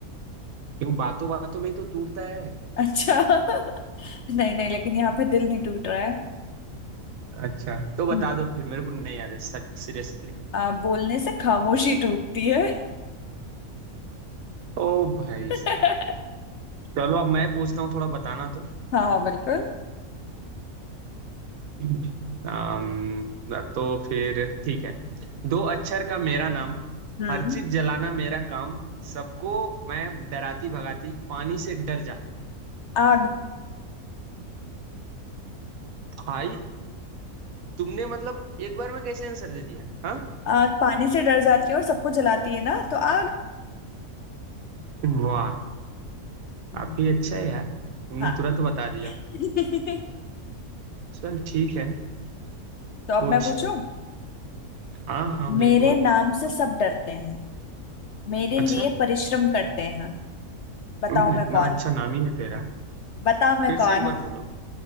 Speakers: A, on the right (about 70°); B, on the left (about 65°).
A: क्यों बातों बातों में ही तो टूटता है
B: अच्छा <laughs> नहीं नहीं लेकिन यहाँ पे दिल नहीं टूट रहा है
A: अच्छा तो बता
B: हम्म
A: दो फिर मेरे को नहीं याद है सर सीरियसली
B: आ, बोलने से खामोशी टूटती है
A: ओ भाई
B: <laughs>
A: साहब चलो अब मैं पूछता हूँ थोड़ा बताना तो
B: हाँ हाँ बिल्कुल
A: अम्म, तो फिर ठीक है दो अक्षर का मेरा नाम
B: हम्म
A: हर चीज जलाना मेरा काम सबको मैं डराती भगाती पानी से डर जाती
B: आग
A: भाई तुमने मतलब एक बार में कैसे आंसर दे दिया हाँ
B: आग पानी से डर जाती है और सबको जलाती है ना तो आग
A: वाह
B: हम्म,
A: काफी अच्छा है यार तुमने
B: हाँ
A: तुरंत बता दिया
B: <laughs> हम्म।
A: चल ठीक है
B: तो अब
A: पूछ
B: मैं पूछूं
A: हाँ हाँ बिल्कुल
B: मेरे नाम से सब डरते हैं मेरे लिए
A: अच्छा
B: परिश्रम करते हैं बताओ
A: हम्म, इतना
B: मैं कौन
A: अच्छा नाम ही है तेरा
B: बताओ मैं
A: फिर
B: कौन
A: से एक बार बोलो